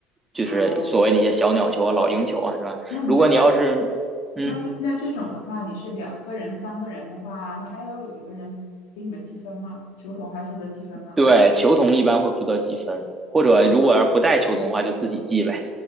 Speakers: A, on the right (about 15°); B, on the left (about 70°).
A: 就是所谓那些小鸟球啊、
B: 哦，
A: 老鹰球啊，是吧？
B: 那你像他，
A: 如果你要是，嗯，
B: 那他那这种的话，你是两个人、三个人的话，那还要有一个人给你们计分吗？球童还负责计分吗？
A: 对，球童一般会负责记分，或者如果要是不带球童的话，
B: 啊
A: 就自己记呗。